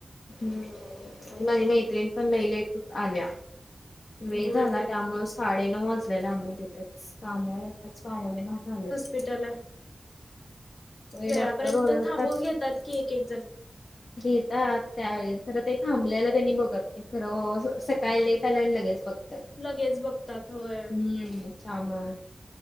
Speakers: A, on the left; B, on the left.
A: हम्म. नाही नाही ट्रेन पण लय लेट आल्या वेळ
B: होय
A: झाला
B: काय?
A: त्यामुळे. पाडे नाऊ वाजल्याला आम्हाला तिथेच कामच पाडने वाजले.
B: पिटला
A: होय
B: वेळापर्यंत
A: डॉक्टर ओरडतात
B: थांबून घेतात कि एक एक जण.
A: घेता त्यावेळेस तर ते थांबल्याला त्यांनी बघत. इथं रोज सकाळी लेट आल्यान लगेच बघतायत.
B: लगेच बघतात होय.
A: हम्म त्यामुळं.